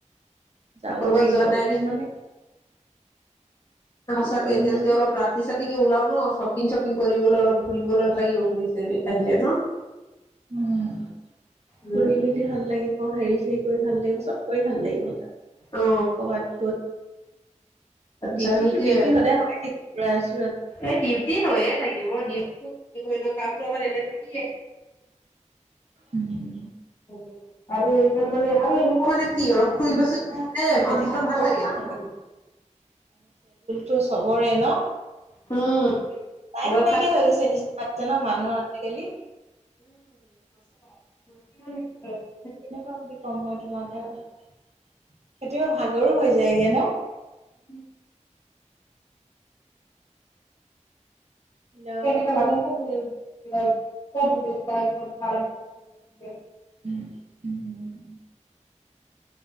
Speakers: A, on the right (about 60°); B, on the left (about 40°).
A: যাব
B: কবাত
A: লাগিব
B: যোৱা নাইদিন।
A: অ', মানে কি
B: সঁচাকে
A: কৰিম
B: এতিয়া
A: জানো
B: যদি অলপ ৰাতি চ। গতিকে ওলাও ন শ্বপিং চপিং কৰিবলৈ অলপ ঘূৰিবলৈ লাগিব ঘূৰি চ আহিলে ন।
A: উম
B: উম
A: ফুৰি মেলি ভাল লাগিব হেৰি চেৰি। কৰি ভাল লাগিব চব কৰি ভাল লাগিব তাত।
B: অ
A: কৰবাত গৈ
B: আচ্ছা
A: ডিউটিটো
B: সেইটোয়ে
A: ডিউটি সদায় হয় থাকিব।
B: এই ডিউটি হৈয়ে থাকিব ডিউটি। কি কৰিম এনে কামটো আমাৰ এনে থাকিয়ে।
A: উম,
B: অ। আৰু ইমান মানে আৰু এনেকুৱা মানে কি অলপ
A: মানুহ
B: ফুৰিব চুৰিব বলে
A: সেইখিনি
B: মাথা চটো ভাল লাগে
A: কিমান
B: অলপ।
A: টো চবৰে ন।
B: উম।
A: টাইম নাইকিয়
B: থাক
A: হৈ গৈছে নিচিনা জ মানুহ আজিকালি।
B: উ।
A: কেনেকুৱা কম মই তোমাকে কেতিয়াবা ভাল। ভাগৰু হৈ যায়গৈ ন।
B: উম।
A: হেল্ল'
B: সেই কেইটা লাগে ন কি। দিয়ক ইস্থাডিং ভাল আছিলে।
A: উম উম উম।